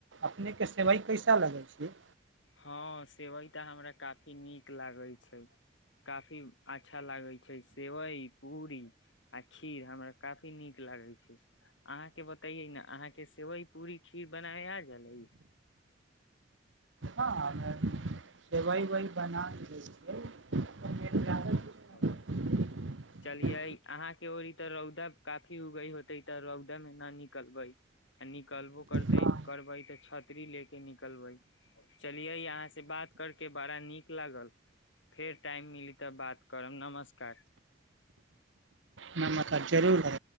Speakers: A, on the right (about 85°); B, on the left (about 80°).
A: अपने के से भइ कैसा लगै छी
B: हँ सेवइ तऽ हमरा काफी नीक लागैत छै काफी अच्छा लागैत छै सेवइ पूरी आ खीर हमरा काफी नीक लागैत छै अहाँके बतैयै ने अहाँके सेवइ पूड़री खीर बनाय छलै
A: हँ हमे सेवइ वइ बना लै छियै जादा किछु
B: ओ
A: नहि
B: चलिय अहाँके के ओी तऽ रौदा काफी उगई होते तऽ रौदा में ना निकलबे आ निकलबो करतै
A: हँ
B: करबै तऽ छतरी लेके निकलबै चलियै अहाँ से बात करके बड़ा नीक लागल फेर टाइम मिली तऽ बात करम नमस्कार
A: नमकार जरूर ह